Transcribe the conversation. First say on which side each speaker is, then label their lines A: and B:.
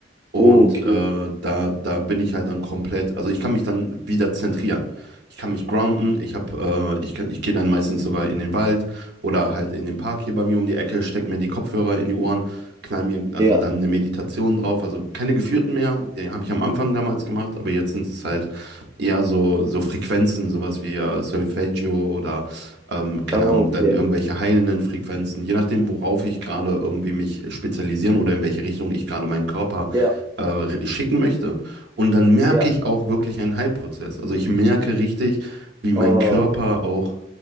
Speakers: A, on the right (about 65°); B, on the right (about 20°).
A: und
B: okay,
A: äh, da, da bin ich halt dann komplett, also ich kann mich dann wieder zentrieren. Ich kann mich grounden, ich hab, äh, ich, kann- ich gehe dann meistens sogar in den Wald oder halt in den Park hier bei mir um die Ecke, steck mir die Kopfhörer in die Ohren, knall mir also
B: ja,
A: dann eine Meditation drauf, also keine geführten mehr, die habe ich am Anfang damals gemacht, aber jetzt sind es halt eher so, so Frequenzen, sowas wie äh, Solfeggio oder ähm, keine
B: okay,
A: Ahnung, dann irgendwelche heilenden Frequenzen, je nachdem, worauf ich gerade irgendwie mich spezialisieren oder in welche Richtung ich gerade meinen Körper
B: ja,
A: äh, schicken möchte. Und dann merke
B: ja,
A: ich auch wirklich einen Heilprozess. Also ich merke richtig, wie mein
B: oh,
A: Körper auch